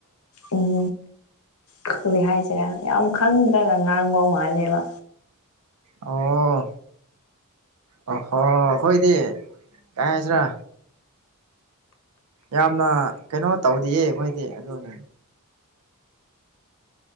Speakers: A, on the left (about 70°); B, on the right (about 80°).
A: ꯎꯝ ꯀꯔꯤ ꯍꯥꯏꯁꯤꯔꯥ ꯌꯥꯝ ꯈꯪꯗ꯭ꯏ ꯉꯥꯡꯕ ꯃꯥꯜꯂꯦꯕ
B: ꯑꯣ ꯑꯣ ꯍꯣ ꯑꯩꯈꯣꯏꯗꯤ ꯀꯥꯏ ꯍꯥꯏꯁꯤꯔꯥ ꯌꯥꯝꯅ ꯀꯩꯅꯣ ꯇꯧꯗꯤꯌꯦ ꯑꯩꯈꯣꯏꯗꯤ ꯑꯗꯨꯅꯦ